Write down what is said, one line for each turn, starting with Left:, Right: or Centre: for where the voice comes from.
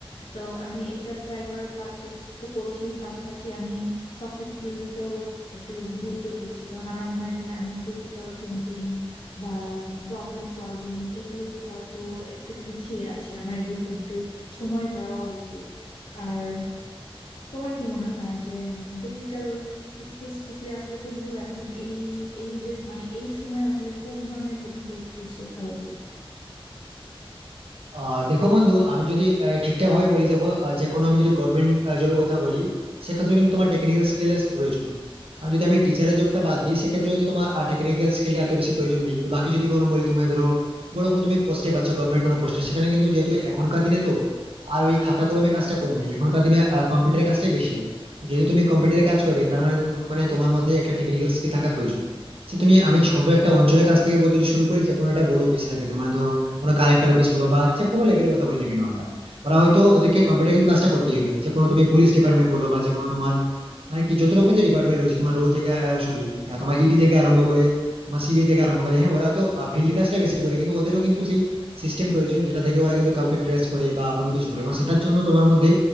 Left: তো আমি এইটা ট্রাই করার পা- চেষ্টা তো করছি পাশাপাশি আমি সফট স্কিলসেও একটু গুরুত্ব দিচ্ছি কারণ আমার মনে হয় যে আমি ক্রিটিক্যাল থিঙ্কিং বা প্রবলেম সলভিং এগুলোতে হয়তো একটু পিছিয়ে আছি আমার এগুলোতে একটু সময় দেওয়া উচিত আর তোমার কি মনে হয় যে টেকনিক্যাল স্কিলস শিখলে আসলে কোনগুলো এখন এই এই যে মানে এই সময় আসলে কোন ধরনের টেকনিক্যাল স্কিল শেখা উচিত
Right: আহ দেখো বন্ধু আমি যদি আহ, ঠিকঠাক ভাবে বলি দেখো আহ, যে কোনো আমি যদি গভর্নমেন্ট জবের কথা বলি সেক্ষেত্রে কিন্তু তোমার টেকনিক্যাল স্কিলের প্রয়োজন কারণ যদি আমি টিচারের জবটা বাদ দিই সেক্ষেত্রে হয়তো তোমার টেকনিক্যাল স্কিলটা এত বেশি প্রয়োজন নেই কিন্তু বাকি যদি কোনো বলি তুমি ধরো বড় কোনো তুমি পোস্টে পাচ্ছ গভর্নমেন্ট কোনো পোস্টে সেখানে কিন্তু যেহেতু এখনকার দিনে তো আর ওই খাতা কলমে কাজটা কম হয় এখনকার দিনে কম্পিউটারের কাজটাই বেশি হয় তো যেহেতু তুমি কম্পিউটারে কাজ করবে তার মানে মানে তোমার মধ্যে একটা টেকনিক্যাল স্কিল থাকার প্রয়োজন সে তুমি আমি ছোট একটা অঞ্চলের কাছ থেকে যদি শুরু করি যে কোনো একটা বড় অফিসারের ক্ষেত্রে মানে ধরো কোনো কালেক্টর অফিস বলো বা যে কোনো লেভেলের কথা বলি না কেন আমরা ওরা হয়তো ওদেরকে কম্পিউটার কিন্তু কাজটা করতেই হবে যে কোনো তুমি পুলিশ ডিপার্টমেন্ট বলো বা যে কোনো তোমার মানে কি যত রকমের যে ডিপার্টমেন্ট রয়েছে তোমার রো থেকে সরি তোমার ইডি থেকে আরম্ভ করে তোমার সিবিআই থেকে আরম্ভ করে হ্যাঁ ওরা তো ফিল্ড কাজটা বেশি করে কিন্তু ওদেরও কিন্তু সেই সিস্টেম প্রয়োজন যেটা থেকে ওরা কিন্তু কাউকে ট্রেস করে বা কোনো কিছু করে এবং সেটার জন্য তোমার মধ্যে